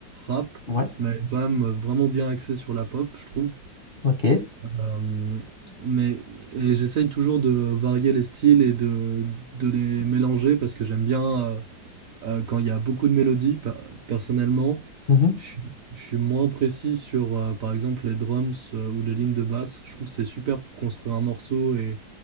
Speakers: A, on the right; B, on the left.
A: rap,
B: Ouais.
A: mais quand même, heu, vraiment bien axé sur la pop, je trouve.
B: Ok.
A: Euh, mais et j'essaye toujours de varier les styles et de, de les mélanger parce que j'aime bien euh, euh, quand il y a beaucoup de mélodies. pe- Personnellement,
B: Mhm.
A: je, suis je suis moins précis sur euh, par exemple les drums euh, ou les lignes de basse. Je trouve que c'est super pour construire un morceau et